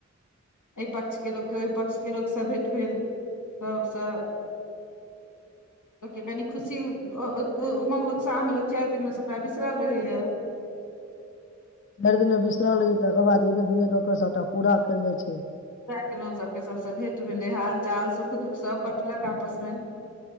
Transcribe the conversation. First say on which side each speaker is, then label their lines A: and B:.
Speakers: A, on the left; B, on the left.
A: एहि पक्ष के लोकके ओहि पक्ष के लोक सब भेंट भेल सबसँ लोककेँ कनि खुशी उमंग उत्साहमें लोक चारि दिनमे सभटा बिसरल रहैए <inaudible>
B: चारि दिनमें बिसरल रहैया तकर बाद धीरे धीरे क क सभटा पूरा कैल जाइ छै
A: पूजा केलोँ सभके सभसँ भेँट भेलै हाल चाल सुख दुःख सभ बटलक आपसमे